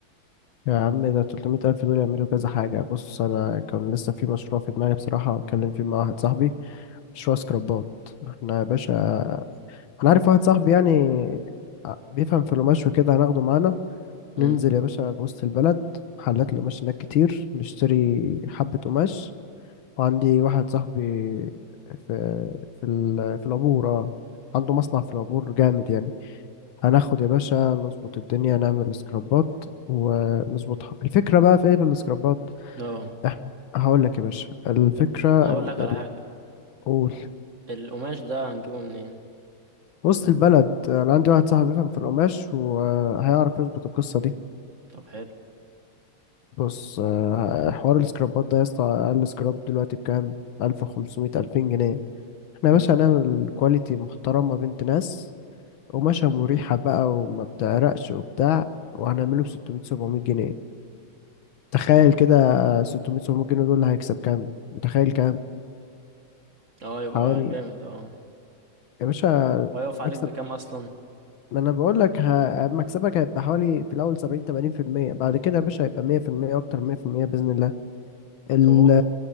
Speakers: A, on the left; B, on the right.
A: يا عم ده 300 ألف دول يعملوا كذا حاجة بص أنا كان لسه في مشروع في دماغي بصراحة أتكلم فيه مع واحد صاحبي مشروع سكرابات احنا يا باشا أنا عارف واحد صاحبي يعني آه، بيفهم في القماش وكده هناخده معانا
B: امم
A: ننزل يا باشا بوسط البلد محلات القماش هناك كتير نشتري حبة قماش وعندي واحد صاحبي في في ال- في العبور اه عنده مصنع في العبور جامد يعني هناخد يا باشا نظبط الدنيا نعمل سكرابات ونظبطها الفكرة بقى في ايه في السكرابات
B: اه
A: احنا هقول لك يا باشا الفكرة
B: طب هقول
A: ان
B: لك
A: ال-
B: على حاجه
A: قول
B: القماش ده هنجيبه منين
A: وسط البلد انا عندي واحد صاحبي بيفهم في القماش وهيعرف يظبط القصة دي
B: طب حلو
A: بص آه، حوار السكرابات ده يا اسطى اقل سكراب دلوقتي بكام 1500 2000 جنيه احنا يا
B: امم
A: باشا هنعمل كواليتي محترمة بنت ناس قماشة مريحة بقى وما بتعرقش وبتاع وهنعمله ب 600 700 جنيه تخيل
B: حلو
A: كده 600 700 جنيه دول هيكسب كام متخيل كام
B: اه يبقى
A: حوالي
B: جامد اه
A: يا باشا
B: وهيقف عليك
A: مكسب
B: بكام اصلا
A: ما انا بقول لك ه... مكسبك هيبقى حوالي في الاول 70 80% بعد كده يا باشا هيبقى 100% اكتر من 100% باذن الله ال
B: طب هو